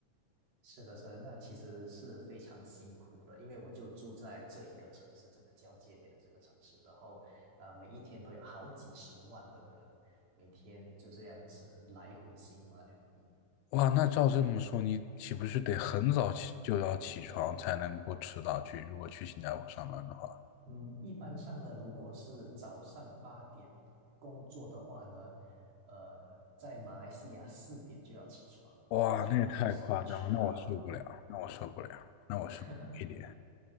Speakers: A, on the right; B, on the left.
A: 是的，是的，那其实是非常辛苦的，因为我就住在这一个城市，这个交界点的这个城市，然后啊、呃每一天都有好几十万的人，每天就这样子来回新马两地。
B: 哇，那照这么说，你岂不是得很早起就要起床才能不迟到去？如果去新加坡上班的话。
A: 嗯，一般上呢，如果是早上八点工作的话呢，呃，在马来西亚四点就要起床，
B: 哇，
A: 然后就要开始去到，
B: 那也太夸张了，那我受不了，那我受不了，那我受不了一点。
A: <laughs>